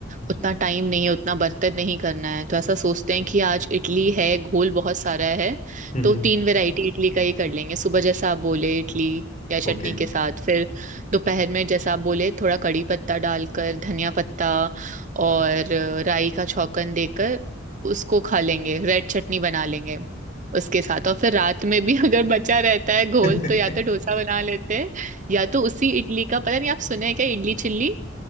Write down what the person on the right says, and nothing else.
उतना टाइम नहीं है उतना बर्तन नहीं करना है तो ऐसा सोचते हैं कि आज इडली है घोल बहुत सारा है
तो तीन वैरायटी इडली का ही कर लेंगे सुबह जैसा आप बोले इडली या चटनी
के साथ फिर दोपहर में जैसा आप बोले थोड़ा कड़ी पत्ता डालकर धनिया पत्ता और राई का छौंकन देकर उसको खा लेंगे रेड चटनी बना लेंगे उसके साथ और फिर रात में भी <laughs> अगर बचा रहता है घोल
तो या तो डोसा बना लेते हैं या तो उसी इडली का पता नहीं आप सुने हैं क्या इडली चिल्ली